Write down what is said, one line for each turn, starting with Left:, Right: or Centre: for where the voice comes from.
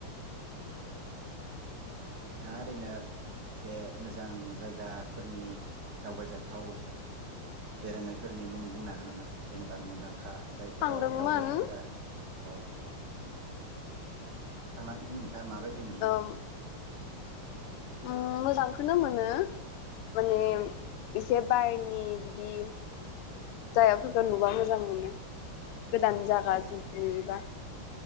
Right: ओ नोंथाङा ओरैनो मोनसे मोजां जायगाफोरनि दावबायजाथाव बेरायनायफोरनि मुं बुंनो हागोन नामा? <unintelligible> बा मुंदांखा जायफोराव
Left: थांदोंमोन
Right: दावबायारिफोरा औ थांनानै नोंथाङा माबायदि मोनदों?
Left: ओम उम मोजांखौनो मोनो माने
Right: औ
Left: एसे बाय नि बिदि जायाफोरखौ नुबा मोजां मोनो। गोदान जागा
Right: औ आदसा
Left: जुदि नुयोबा